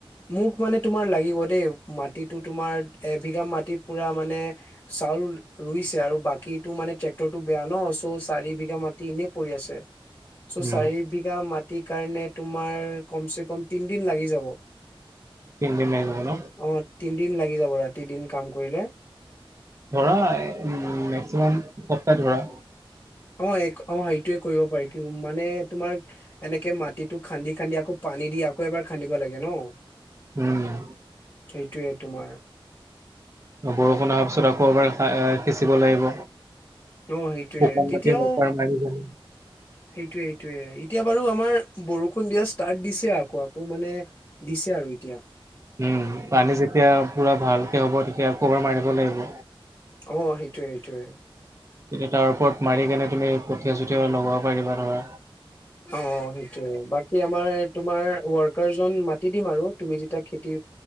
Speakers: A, on the left; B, on the right.
A: মোক মানে তোমাৰ লাগিব দেই, মাটিতো তোমাৰ এবিঘা মাটিত পুৰা মানে চাউল ৰুইছে আৰু বাকীটো মানে ট্ৰেক্টৰটো বেয়া ন ত' চাৰি বিঘা মাটি এনেই পৰি আছে। চ'
B: উম
A: চাৰি বিঘা মাট টি, কাৰণে তোমাৰ কমচে কম তিনি দিন লাগি যাব।
B: তিনদিন‌ লাগি যাব ন?
A: অ', তিনদিন লাগি যাব, ৰাতি, দিন কাম কৰিলে।
B: ধৰা উম, মেক্সিমাম দুসপ্তাহ ধৰা।
A: অ', এক অ', এইটোয়ে কৰিব পাৰি কি মানে তোমাক এনেকে মাট মাটিটো খান্দি, খান্দি আকৌ পানী দি আকৌ এবাৰ খান্দিব লাগে ন?
B: উম।
A: সেইটোৱে তোমাৰ
B: বৰষুণ অহাৰ পিছত আকৌ আ, এবাৰ সিঁচিব লাগিব।
A: অ', সেইটোয়ে
B: শুকান
A: তেতিয়াও
B: মাটিত এবাৰ মাৰি দিম।
A: সেইটোয়ে, সেইটোয়ে এতিয়া বাৰু আমাৰ বৰষুণ দিয়া ষ্টাৰ্ট দিছে আকৌ, আকৌ মানে দিছে আৰু এতিয়া।
B: উম, পানী যেতিয়া পুৰা ভালকে হ'ব আকৌ এবাৰ মাৰিব লাগিব।
A: অ', সেইটোৱে, সেইটোৱে।
B: তেতিয়া তাৰ ওপৰত মাৰি কেনে তুমি কঠীয়া চঠীয়া লগাব পাৰিবা ধৰা।
A: অ', সেইটোয়ে বাকী আমাৰ, তোমাৰ ৱৰ্কাৰজন মাতি দিম আৰু তুমি যেতিয়া খেতি